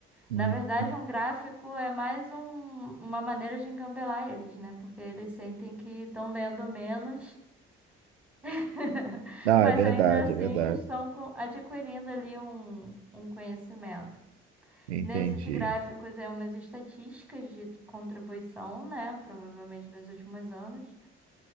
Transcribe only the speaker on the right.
Hum.
hum.
Ah,
é verdade,
é verdade.
Entendi.